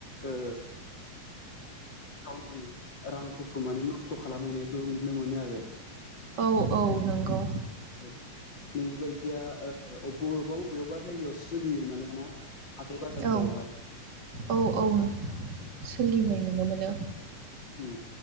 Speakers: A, on the left; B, on the right.
A: ओ गावनि रांफोरखौ माने नस्थ' खालामहैनायखौ नुनो मोनो आरो
B: औ औ नंगौ
A: ओ नैबेबायदिया ओ अब बबेबा बबेआवबा जायगायाव सोलियो माने ना हाथाय बाजारफोरावहाय
B: औ औ औ सोलिनाय नुनो मोनो
A: हम